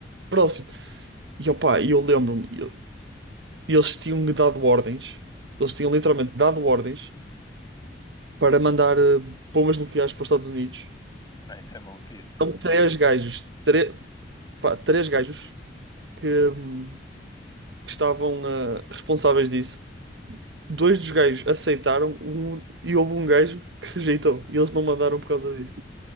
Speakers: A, on the right; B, on the left.
A: próximo. E opa, eu lembro-me, eu- eles tinham-me dado ordens, eles tinham literalmente dado ordens para mandar eh, bombas nucleares para os Estados Unidos.
B: Não, isso é maluquice.
A: São três gajos, tre- pá, três gajos que, hum, que estavam eh, responsáveis disso. Dois dos gajos aceitaram um, e houve um gajo que rejeitou. E eles não mandaram por causa disso.